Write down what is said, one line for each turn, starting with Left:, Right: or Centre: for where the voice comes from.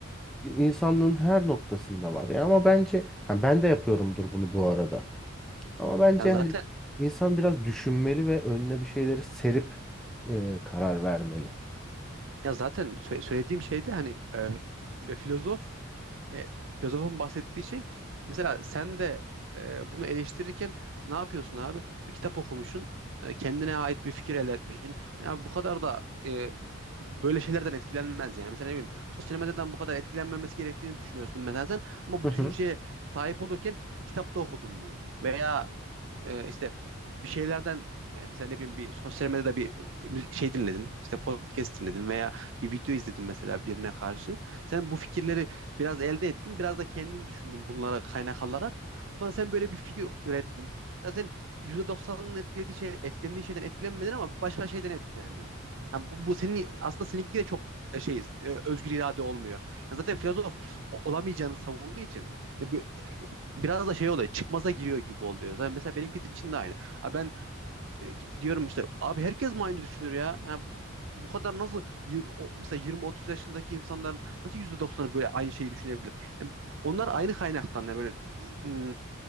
Centre: insanlığın her noktasında var. Ya ama bence ha, ben de yapıyorumdur bunu bu arada. Ama bence
Right: Ya zaten
Centre: hani insan biraz düşünmeli ve önüne bir şeyleri serip e, karar vermeli.
Right: Ya zaten sö- söylediğim şey de hani e, e, filozof e, filozofun bahsettiği şey mesela sen de e, bunu eleştirirken ne yapıyorsun abi? Bir kitap okumuşsun. e, kendine ait bir fikir elde etmişsin. Hani abi bu kadar da e, böyle şeylerden etkilenmez yani. Mesela ne bileyim sosyal medyadan bu kadar etkilenmemesi gerektiğini düşünüyorsun mesela sen ama
Centre: Hı
Right: bu
Centre: hı.
Right: düşünceye sahip olurken bir kitapta okudun bunu. Veya e, işte bir şeylerden e, mesela ne bileyim bir sosyal medyada bir şey dinledin, işte podcast dinledin veya bir video izledin mesela birine karşı. Sen bu fikirleri biraz elde ettin, biraz da kendin düşündün bunlara kaynak alarak. Sonra sen böyle bir fikir ürettin. Zaten %90'ının etkilediği şey, etkilendiği şeyden etkilenmedin ama başka şeyden etkilendin. Yani bu, bu senin aslında seninki de çok e, şey e, özgür irade olmuyor. Yani zaten filozof o- olamayacağını savunduğu için yani bu biraz da şey oluyor çıkmaza giriyor gibi oluyor. Yani mesela benimki de- için de aynı. Abi ben e, diyorum işte abi herkes mi aynı düşünür ya? Ha, bu, bu kadar nasıl 20, o- mesela 20-30 yaşındaki insanların nasıl yüzde doksanı böyle aynı şeyi düşünebilir? Yani onlar aynı kaynaktan yani böyle ım,